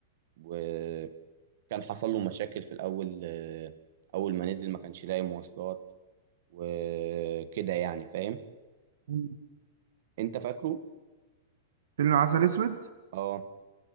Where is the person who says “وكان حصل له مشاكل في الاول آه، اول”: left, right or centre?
Right